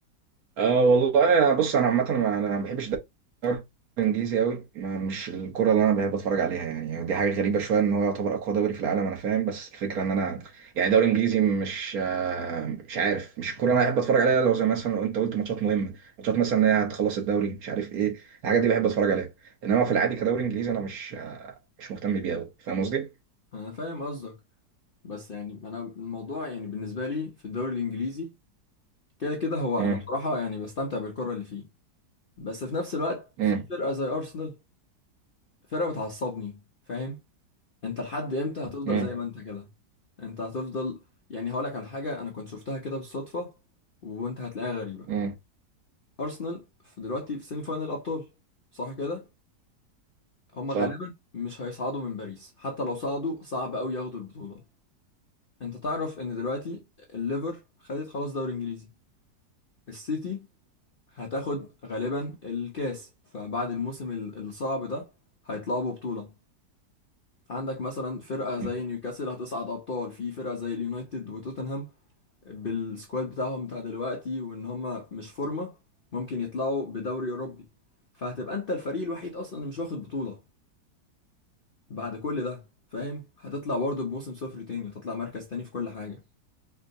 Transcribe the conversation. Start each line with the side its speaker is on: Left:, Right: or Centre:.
Right: اه والله بص انا عامه ما- انا ما بحبش الدوري الانجليزي قوي ما مش الكره اللي انا بحب اتفرج عليها يعني دي حاجه غريبه شويه ان هو يعتبر اقوى دوري في العالم انا فاهم بس الفكره ان انا يعني الدوري الانجليزي مش آه، مش عارف مش الكره اللي انا بحب اتفرج عليها لو زي مثلا لو انت قلت ماتشات مهمه ماتشات مثلا ان هي هتخلص الدوري مش عارف ايه الحاجات دي بحب اتفرج عليها انما في العادي كدوري انجليزي انا مش آه، مش مهتم بيه قوي فاهم قصدي؟
Left: انا فاهم قصدك بس يعني انا الموضوع يعني بالنسبه لي في الدوري الانجليزي كده كده هو
Right: امم
Left: انا بصراحه يعني بستمتع بالكره اللي فيه بس في نفس الوقت
Right: امم
Left: في فرقه زي ارسنال فرقه بتعصبني فاهم انت لحد امتى هتفضل
Right: امم
Left: زي ما انت كده انت هتفضل يعني هقولك على حاجه انا كنت شفتها كده بالصدفه وانت هتلاقيها غريبه
Right: امم
Left: ارسنال في دلوقتي في سيمي فاينل الابطال صح كده هما
Right: صح
Left: غالبا مش هيصعدوا من باريس حتى لو صعدوا صعب قوي ياخدوا البطوله انت تعرف ان دلوقتي الليفر خدت خلاص دوري انجليزي السيتي هتاخد غالبا الكاس فبعد الموسم ال- الصعب ده هيطلعوا ببطوله عندك مثلا فرقه زي
Right: مم.
Left: نيوكاسل هتصعد ابطال في فرقه زي اليونايتد وتوتنهام بالسكواد بتاعهم بتاع دلوقتي وان هم مش فورمة ممكن يطلعوا بدوري اوروبي فهتبقى انت الفريق الوحيد اصلا اللي مش واخد بطولة بعد كل ده فاهم هتطلع برضه بموسم صفر تاني وتطلع مركز تاني في كل حاجة